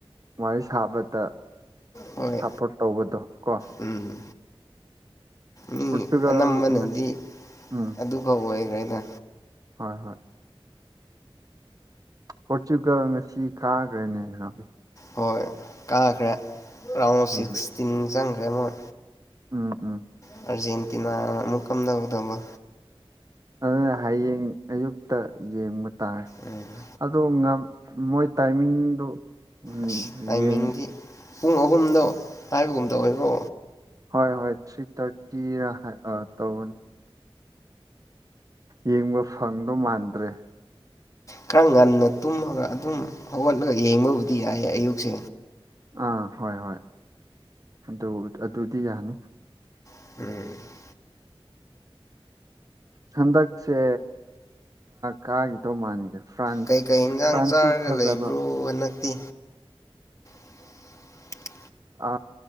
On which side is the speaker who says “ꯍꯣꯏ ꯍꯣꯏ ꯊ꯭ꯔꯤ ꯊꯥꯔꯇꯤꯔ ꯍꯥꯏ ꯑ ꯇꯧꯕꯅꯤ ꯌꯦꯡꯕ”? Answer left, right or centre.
Right